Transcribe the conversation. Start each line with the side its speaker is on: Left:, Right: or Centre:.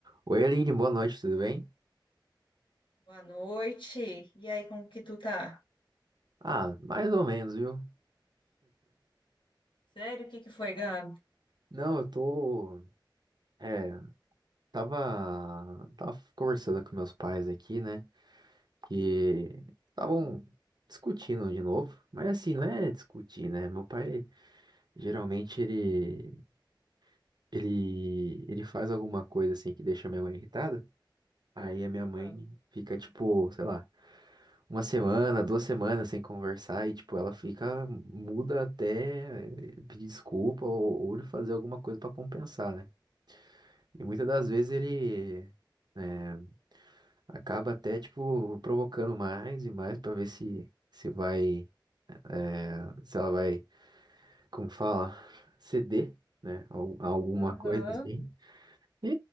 Right: Oi, Aline, boa noite, tudo bem?
Left: Boa noite. E aí, como que tu tá?
Right: Ah, mais ou menos, viu?
Left: Sério, o que que foi, Gabi?
Right: Não, eu tô. É, tava. Tava conversando com meus pais aqui, né? Que estavam discutindo de novo. Mas assim, não é discutir, né? Meu pai, geralmente, ele. Ele. Ele faz alguma coisa assim que deixa minha mãe irritada. Aí a minha mãe
Left: Ah,
Right: fica tipo, sei lá. uma semana, duas semanas sem conversar e, tipo, ela fica muda até eh, pedir desculpa ou, ou ele fazer alguma coisa pra compensar, né? E muitas das vezes ele né, acaba até, tipo, provocando mais e mais pra ver se, se vai, eh, se ela vai, como que fala, ceder, né? Al- Alguma
Left: Aham,
Right: coisa assim. E